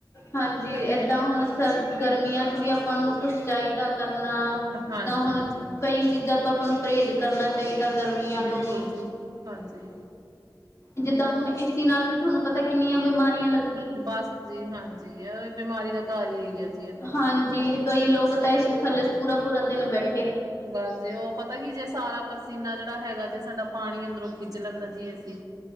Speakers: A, on the left (about 40°); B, on the right (about 50°).
A: ਹਾਂਜੀ ਏਦਾਂ ਹੁਣ ਸਰ ਗਰਮੀਆਂ ਚ ਵੀ ਆਪਾਂ ਨੂੰ ਕੁਛ ਚਾਹੀਦਾ ਕਰ <unintelligible> ਜਿੱਦਾਂ
B: ਹਾਂਜੀ
A: ਹੁਣ
B: ਹਾਂਜੀ
A: ਕਈ ਚੀਜ਼ਾਂ ਤਾ ਪਰਹੇਜ਼ ਕਰਨਾ ਚਾਹੀਦਾ ਗਰਮੀਆਂ
B: ਬਿਲਕੁਲ
A: ਤੋਂ ਵੀ
B: ਜੀ ਹਾਂਜੀ
A: ਜਿੱਦਾਂ ਹੁਣ
B: ਅੱਛਾ।
A: ਏਸੀ ਨਾਲ ਵੀ ਤੁਹਾਨੂੰ ਪਤਾ ਕਿੰਨੀਆਂ ਬਿਮਾਰੀਆਂ ਲੱਗ
B: ਬਸ ਜੀ ਹਾਂਜੀ ਆ ਤੇ ਬਿਮਾਰੀ ਦਾ ਘਰ ਹੀ ਹੈ ਗਿਆ ਸੀ ਇਹ ਤੇ
A: ਹਾਂਜੀ ਕਈ ਲੋਗ ਤਾਂ ਏਸੀ ਥੱਲੇ ਪੂਰਾ -ਪੂਰਾ ਦਿਨ ਬੈਠ
B: ਬਸ ਜੀ ਉਹ ਪਤਾ ਕੀ ਜੇ ਸਾਰਾ ਪਰਸੀਨਾ ਜਿਹੜਾ ਹੈਗਾ ਜੇ ਸਾਡਾ ਪਾਣੀ ਅੰਦਰੋਂ ਖਿੱਚ ਲੈਂਦਾ ਜੀ ਅਸੀਂ